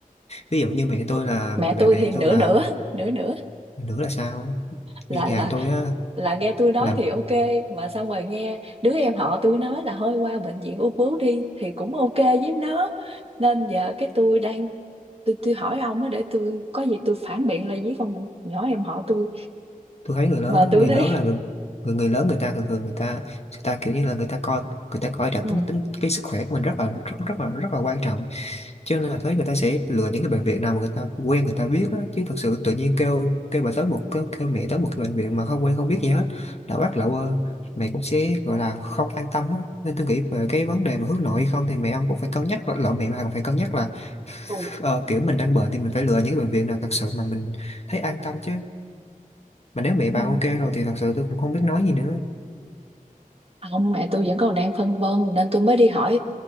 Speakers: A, on the left; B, on the right.
A: ví dụ như mẹ tôi là
B: mẹ
A: mẹ
B: tôi
A: mẹ
B: thì nửa
A: tôi là
B: nửa nửa nửa
A: nữa là sao
B: là
A: như nhà
B: là
A: tôi á
B: là nghe tôi nói
A: là
B: thì ok mà xong rồi nghe đứa em họ tôi nói là hơi qua bệnh viện ung bướu đi thì cũng ok với nó nên giờ cái tôi đang tôi, tôi hỏi ông á để tôi có gì tôi phản biện lại với con nhỏ em họ tôi
A: tôi thấy người lớn
B: mà
A: á,
B: tôi
A: người
B: thấy
A: lớn là người, người người lớn người ta thường thường người ta người ta kiểu như là người ta coi người ta coi trọng
B: <laughs> ừ,
A: tính tính cái sức khỏe của mình rất là rất rất là rất là quan trọng cho nên là thấy người ta sẽ lựa những cái bệnh viện nào mà người ta quen người ta biết á chứ thật sự tự nhiên kêu kêu bà tới một kêu, kêu mẹ tới một cái bệnh viện mà không quen không biết gì hết đã bắt lậu quơ mẹ cũng sẽ gọi là không an tâm á. nên tôi nghĩ về cái vấn đề mà hướng nội hay không thì mẹ ông cũng phải cân nhắc lậu mẹ bà cũng phải cân nhắc là
B: ừ,
A: ờ, kiểu mình đang bệnh thì mình phải lựa những cái bệnh viện nào thật sự mà mình thấy an tâm chứ mà nếu mẹ bà
B: ừ,
A: ok rồi thì thật sự tôi cũng không biết nói gì nữa
B: ông mẹ tôi vẫn còn đang phân vân nên tôi mới đi hỏi